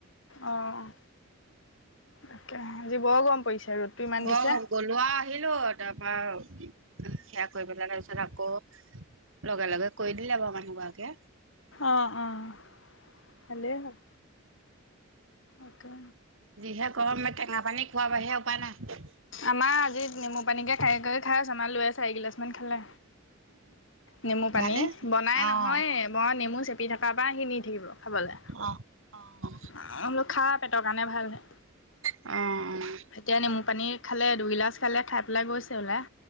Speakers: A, on the left; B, on the right.
A: অ', তাকেহে আজি বৰ গৰম। পৰিছে ৰ'দটো ইমান
B: বৰ
A: দিছে
B: গৰম, গ'লো আৰু আহিলো তাৰপৰা, সেয়া কৰি পেলাই তাৰপিছত আকৌ লগে লগে কৰি দিলে বাৰু মানুহগৰাকীয়ে।
A: অ' অ' ভালেই হ'ল। অকে
B: যিহে গৰম, এই টেঙা পানী খোৱাৰ বাহিৰে উপায় নাই।
A: আমাৰ আজি নেমু পানীকে খাই কৰি খাই আছ আমাৰ লৈ আছে চাৰিগিলাচ মান খালে। নেমু পানী
B: ভালে আছে
A: বনাই
B: অ',
A: নহয়ে, মই নেমু চেপ কাৰবাৰ সি নি থাকিব খাবলৈ,
B: অ', অ',
A: বোলো খা পেটৰ কাৰণে ভাল হে।
B: অ',
A: এতিয়া নেমু পানী খালে দুগিলাচ খালে খাই পেলাই গৈছে ওলায়।